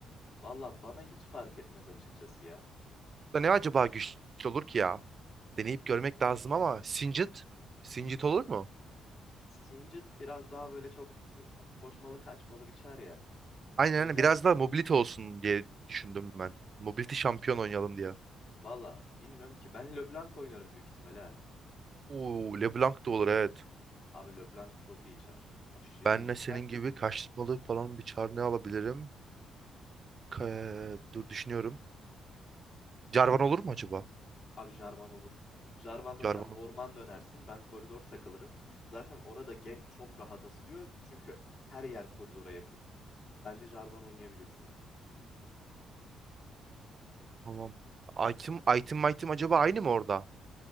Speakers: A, on the left; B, on the right.
A: Valla bana hiç fark etmez açıkçası ya.
B: Da ne acaba güçlü olur ki ya? Deneyip görmek lazım ama Singed? Singed olur mu?
A: Singed biraz daha böyle çok e, ta- koşmalı kaçmalı biçer ya.
B: Aynen
A: O
B: aynen
A: yüzden
B: biraz daha mobility olsun diye düşündüm ben. Mobility şampiyon oynayalım diye.
A: valla bilmiyorum ki ben LeBlanc oynarım büyük ihtimalle ha.
B: Oo, LeBlanc da olur evet.
A: Abi LeBlanc çok iyi içer. Aşırı
B: Benle
A: iyi içer.
B: senin gibi kaçmalı falan bir çar ne alabilirim? Ka- dur düşünüyorum. Jarvan olur mu acaba?
A: Abi Jarvan olur. Jarvan'la
B: Jarvan
A: sen orman
B: olur.
A: dönersin. Ben koridor takılırım. Zaten orada gank çok rahat asılıyor. Çünkü her yer koridora yakın. Bence Jarvan oynayabilirsin.
B: Tamam. Item, item, item acaba aynı mı orada?